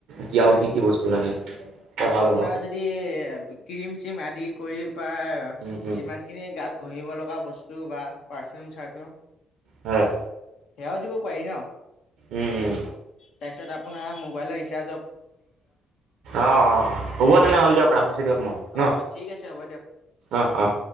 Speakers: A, on the right (about 85°); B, on the left (about 75°).
A: কি আৰু
B: হয়
A: কি কি বস্তু লাগে তেতিয়া
B: আৰু
A: ভাল
B: আপোনাৰ
A: হ'ব
B: যদি ক্ৰিম চিম আদি কৰি পাই
A: উম উম
B: যিমান খিনি গাত ঘহিব লগা বস্তু বা পাৰফিউম চাৰফিউম
A: হয়
B: সেয়াও দিব পাৰি ন?
A: উম উম
B: তাৰপিছত আ আপোনাৰ মোবাইল ৰিচাৰ্জ
A: অ-অ-অ হ'ব তেনেহ'লে দিয়ক ৰাখিছো দিয়ক। ন
B: অ ঠিক আছে হ'ব দিয়ক
A: অহ-অহ।